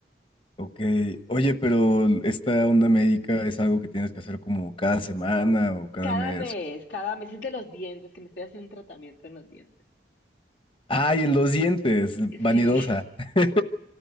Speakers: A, on the left; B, on the left.
A: Ok, oye, pero esta onda médica es algo que tienes que hacer como cada semana o cada
B: Cada
A: mes.
B: mes, cada mes es de los dientes, que me estoy haciendo un tratamiento en los dientes.
A: Ay, en los dientes,
B: <laughs>
A: vanidosa.
B: Sí.
A: <laughs>